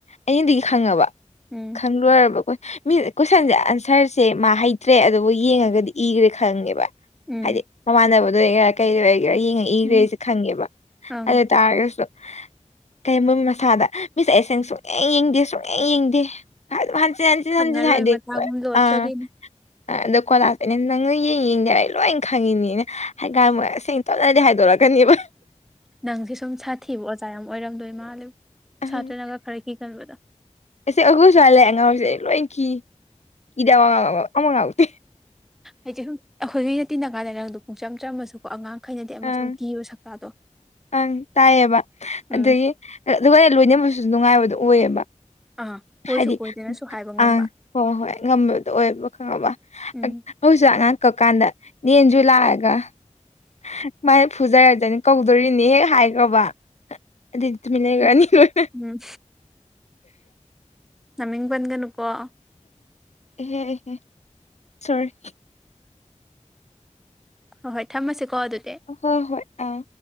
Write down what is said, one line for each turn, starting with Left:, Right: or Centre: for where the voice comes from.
Left: ꯑꯩꯅꯗꯤ ꯈꯪꯉꯕ
Centre: ꯎꯝ
Left: ꯈꯪ ꯂꯣꯏꯔꯕ ꯑꯩꯈꯣꯏ ꯃꯤ ꯀꯣꯏꯁꯟꯁꯦ ꯑꯟꯁꯔꯁꯦ ꯃꯥ ꯍꯩꯇ꯭ꯔꯦ ꯑꯗꯨꯕꯨ ꯌꯦꯡꯉꯒꯗꯤ ꯏꯈ꯭ꯔꯦ ꯈꯪꯉꯦꯕ
Centre: ꯎꯝ
Left: ꯍꯥꯏꯗꯗꯤ ꯃꯃꯥꯟꯅꯔꯕꯗꯨ ꯀꯩ ꯁꯤꯔ ꯌꯦꯡꯉꯛꯏꯈ꯭ꯔꯦ
Centre: ꯎꯝ
Left: ꯑꯩꯁꯦ ꯈꯪꯉꯦꯕ
Centre: ꯑꯪ
Left: ꯑꯗꯨ ꯇꯥꯔꯒꯁꯨ ꯀꯩ ꯃꯣꯏ ꯃꯁꯥꯗ ꯃꯤꯁꯦ ꯑꯩꯁꯦꯡ ꯁꯨꯡꯛꯑꯡ ꯌꯦꯡꯗꯦ ꯁꯨꯡ ꯍ ꯌꯦꯡꯗꯦ ꯍꯟꯆꯤꯠ ꯍꯟꯆꯤꯠ
Centre: ꯈꯪꯉꯔꯣꯏ
Left: ꯍꯟꯆꯤꯠ ꯍꯥꯏꯗꯤꯦ
Centre: ꯃꯇꯥꯒꯨꯝ ꯂꯣꯠꯆꯔꯤꯅꯤ
Left: ꯑꯥ ꯑꯗꯣ ꯀꯣꯂꯥꯁꯦꯅꯦ ꯅꯪꯅ ꯌꯦꯡ ꯌꯦꯡꯗꯦꯔ ꯑꯩ ꯂꯣꯏꯅ ꯈꯪꯉꯤꯅꯤꯅꯦ ꯍꯥꯏꯒꯃ ꯁꯦꯡꯅ ꯇꯠꯅꯗꯤ ꯍꯥꯏꯗꯣꯔꯛꯀꯦ ꯀꯔꯤꯑꯕ
Centre: ꯅꯪꯁꯦ ꯁꯨꯝ ꯁꯥꯊꯤꯕ ꯑꯣꯖꯥ ꯌꯥꯝ ꯑꯣꯏꯔꯝꯗꯣꯏ ꯃꯥꯜꯂꯦ
Left: ꯑꯍꯨꯡ
Centre: ꯁꯥꯇ꯭ꯔꯅꯒ ꯈꯔ ꯀꯤꯒꯟꯕꯗꯣ
Left: ꯑꯁꯤ ꯑꯈꯣꯏ ꯁꯋ꯭ꯥꯏ ꯂꯥꯛꯑ ꯑꯉꯥꯎꯁꯦ ꯂꯀꯤ ꯏꯗ ꯉꯕꯨꯗꯤ <inaudible>
Centre: ꯍꯥꯏꯗꯤ ꯁꯨꯝ ꯑꯩꯈꯣꯏꯒꯩꯅ ꯇꯤꯟꯅ ꯀꯥꯟꯗ ꯅꯪꯗꯣ ꯄꯨꯡꯆꯝ ꯆꯥꯝꯃꯁꯨꯀꯣ ꯑꯉꯥꯡ ꯈꯩꯅꯗꯤ ꯑꯃꯁꯨꯝ
Left: ꯑꯪ
Centre: ꯀꯤꯕ ꯁꯛꯇꯥꯗꯣ
Left: ꯑꯪ ꯇꯥꯏꯌꯦꯕ
Centre: ꯎꯝ
Left: ꯑꯗꯒꯤ ꯑꯗꯨꯒ ꯂꯣꯏꯅꯕꯁꯨ ꯅꯨꯡꯉꯥꯏꯕꯗꯣ ꯑꯣꯏꯌꯦꯕ
Centre: ꯑꯥ ꯀꯣꯏꯁꯨ
Left: ꯍꯥꯏꯗꯤ
Centre: ꯀꯣꯏꯗꯅꯁꯨ
Left: ꯎꯪ
Centre: ꯍꯥꯏꯕ ꯉꯝꯕ
Left: ꯑꯪ ꯍꯣꯏ ꯍꯣꯏ ꯉꯝꯕꯗꯣ ꯑꯣꯏꯕ ꯈꯪꯉꯕ
Centre: ꯎꯝ
Left: ꯑꯛ ꯍꯧꯖꯤꯛꯁꯨ ꯑꯉꯥꯡ ꯅꯛꯀꯀꯥꯟꯗ ꯅꯦ ꯑꯟꯖꯨ ꯂꯥꯛꯑꯒ ꯍ ꯃꯥꯏ ꯐꯨꯖꯔꯖꯅꯤ ꯀꯧꯗꯣꯔꯤꯅꯤ ꯍꯦꯛ ꯍꯥꯏꯈ꯭ꯔꯕ ꯍꯛ ꯑꯗꯨꯏ ꯇꯃꯤ ꯂꯩꯒꯅꯤꯉ
Centre: ꯎꯝ
Left: <inaudible>
Centre: ꯎꯝ ꯅꯃꯤꯡ ꯄꯟꯒꯅꯨꯀꯣ
Left: ꯏꯍꯦ ꯏꯍꯦ ꯁꯣꯔꯤ
Centre: ꯍꯣ ꯍꯣꯏ ꯊꯝꯃꯁꯤꯀꯣ ꯑꯗꯨꯗꯤ
Left: ꯍꯣꯏ ꯍꯣꯏ ꯑꯥ